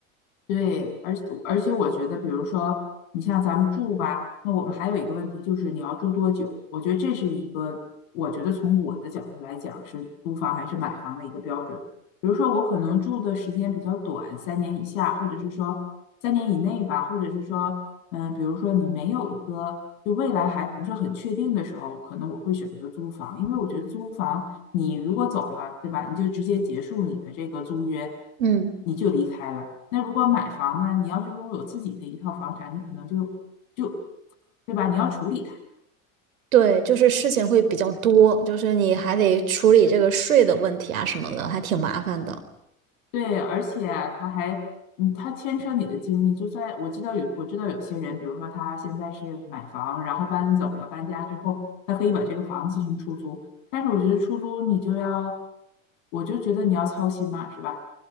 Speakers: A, on the left; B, on the right.
A: 对，而且而且我觉得，比如说你像咱们住吧，那我们还有一个问题就是你要住多久？我觉得这是一个，我觉得从我的角度来讲是租房还是买房的一个标准。比如说我可能住的时间比较短，三年以下，或者是说三年以内吧，或者是说嗯，比如说你没有一个就未来还不是很确定的时候，可能我会选择租房，因为我觉得租房你如果走了，对吧？你就直接结束你的这个租约，
B: 嗯
A: 你就离开了。那如果买房呢，你要是拥有自己的一套房产，你可能就就对吧？你要处理它。
B: 对，就是事情会比较多，就是你还得处理这个税的问题啊什么的，还挺麻烦的。
A: 对，而且啊他还，嗯，他牵扯你的精力。就算我知道有，我知道有些人，比如说他现在是买房，然后搬走了，搬家之后，他可以把这个房子进行出租。但是我觉得出租你就要，我就觉得你要操心嘛，是吧？